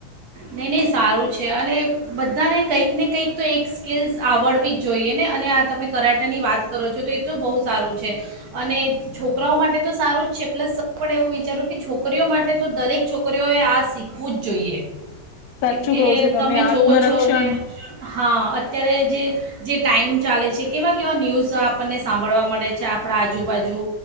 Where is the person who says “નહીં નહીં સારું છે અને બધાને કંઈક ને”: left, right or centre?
Right